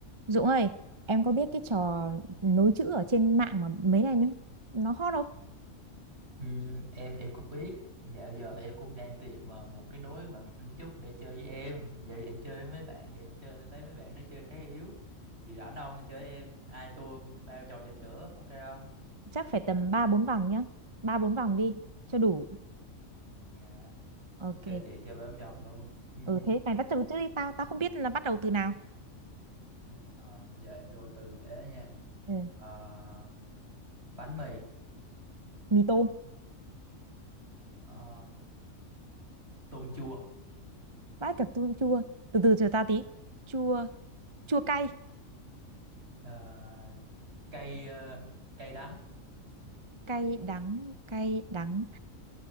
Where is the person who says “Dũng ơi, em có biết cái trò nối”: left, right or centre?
Right